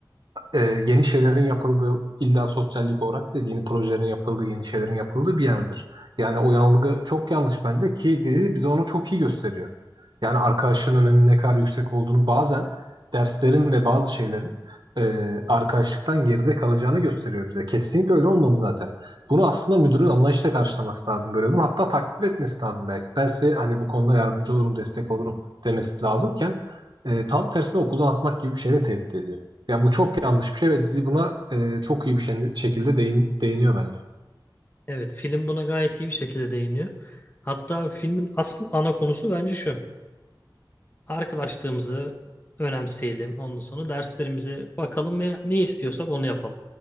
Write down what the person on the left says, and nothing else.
Evet, film buna gayet iyi bir şekilde değiniyor. Hatta filmin asıl ana konusu bence şu. Arkadaşlığımızı önemseyelim. Ondan sonra derslerimize bakalım ve ne istiyorsak onu yapalım.